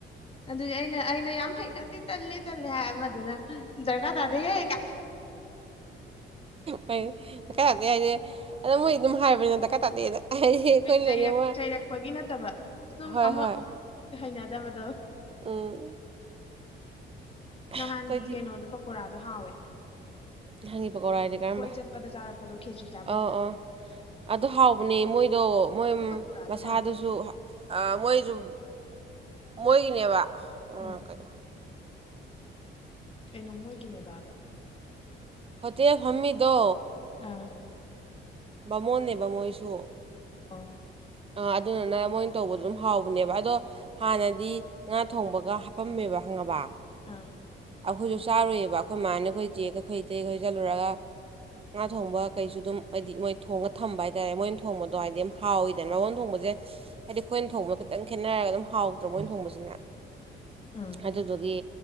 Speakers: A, on the left (about 30°); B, on the right (about 30°).
A: ꯑꯗꯨꯗꯤ ꯑꯩꯅ ꯑꯩꯅ ꯌꯥꯝ ꯍꯩꯅꯗꯤ ꯇꯜꯂꯦ ꯇꯜꯂꯦ ꯍꯥꯏ ꯑꯃꯗꯨꯅ ꯗꯔꯀꯥꯔ ꯇꯥꯗꯦꯍꯦ
B: ꯐꯩ ꯗꯀꯥ ꯇꯥꯗꯦ ꯍꯥꯏꯁꯦ ꯑꯗꯨꯝ ꯃꯣꯏ ꯑꯗꯨꯝ ꯍꯥꯏꯕꯅꯤ ꯗꯀꯥ ꯇꯥꯗꯦꯅ ꯍꯥꯏꯗꯤ ꯑꯩꯈꯣꯏꯅꯗꯤ
A: ꯆꯩꯔꯛ
B: ꯑꯃ
A: ꯆꯩꯔꯛꯄꯒꯤ ꯅꯠꯇꯕ ꯁꯨꯝ
B: ꯍꯣꯏ
A: ꯑꯃ
B: ꯍꯣꯏ
A: ꯍꯩꯅꯗꯕꯗꯣ
B: ꯎꯝ
A: ꯅꯍꯥꯟꯒꯤ
B: ꯑꯩꯈꯣꯏꯗꯤ
A: ꯀꯩꯅꯣꯗꯣ ꯄꯀꯣꯔꯥꯗꯣ ꯍꯥꯎꯋꯦ
B: ꯅꯍꯥꯟꯒꯤ ꯄꯀꯩꯔꯥꯗꯤ ꯀꯔꯝꯕ
A: ꯀꯣꯏ ꯆꯠꯄꯗ ꯆꯥꯔꯛꯄꯗꯣ ꯈꯦꯆ꯭ꯔꯤ ꯆꯥꯐꯝꯗ
B: ꯑꯣ ꯑꯣ ꯑꯗꯣ ꯍꯥꯎꯕꯅꯦ ꯃꯣꯏꯗꯣ ꯃꯣꯏ
A: ꯄꯀꯣꯔꯥꯗꯣ
B: ꯃꯁꯥꯗꯨꯁꯨ
A: ꯄꯥꯝꯃꯦ
B: ꯑ ꯃꯣꯏꯖꯨ ꯃꯣꯏꯒꯤꯅꯦꯕ
A: ꯎꯝ
B: ꯀꯩꯅꯣ
A: ꯀꯩꯅꯣ ꯃꯣꯏꯒꯤꯅꯦꯕꯕ
B: ꯍꯣꯇꯦꯜ ꯐꯝꯃꯤꯗꯣ
A: ꯑꯥ
B: ꯕꯥꯃꯣꯟꯅꯦꯕ ꯃꯣꯏꯁꯨ
A: ꯑꯣ
B: ꯑꯗꯨꯗꯨꯅ ꯃꯣꯏꯅ ꯇꯧꯕꯗꯣ ꯑꯗꯨꯝ ꯍꯥꯎꯕꯅꯦꯕ ꯑꯗꯣ ꯍꯥꯟꯅꯗꯤ ꯉꯥ ꯊꯣꯡꯕꯀꯒ ꯍꯥꯄꯝꯃꯦꯕ ꯈꯪꯉꯕ
A: ꯑꯥ
B: ꯑꯩꯈꯣꯏꯁꯨ ꯆꯥꯔꯨꯏꯌꯦꯕ ꯑꯩꯈꯣꯏ ꯃꯥꯅꯦ ꯑꯩꯈꯣꯏ ꯆꯦꯒ ꯑꯩꯈꯣꯏ ꯑꯇꯩꯍꯣꯏ ꯆꯠꯂꯨꯔꯒ ꯉꯥ ꯊꯣꯡꯕ ꯀꯩꯁꯨ ꯑꯗꯨꯝ ꯍꯥꯏꯗꯤ ꯃꯣꯏ ꯊꯣꯡꯉ ꯊꯝꯕ ꯍꯥꯏꯇꯥꯔꯦ ꯃꯣꯏꯅ ꯊꯣꯡꯕꯗꯣ ꯍꯥꯏꯗꯤ ꯍꯥꯎꯏꯤꯗꯅ ꯕꯥꯃꯣꯟ ꯊꯣꯡꯕꯖꯦ ꯍꯥꯏꯗꯤ ꯑꯩꯈꯣꯏꯅ ꯊꯣꯡꯕ ꯈꯤꯇꯪ ꯈꯦꯠꯅꯔꯒ ꯑꯗꯨꯝ ꯍꯥꯎꯗ꯭ꯔꯥ ꯃꯣꯏ ꯊꯣꯡꯕꯁꯦ ꯅ
A: ꯎꯝ
B: ꯑꯗꯨꯗꯨꯒꯤ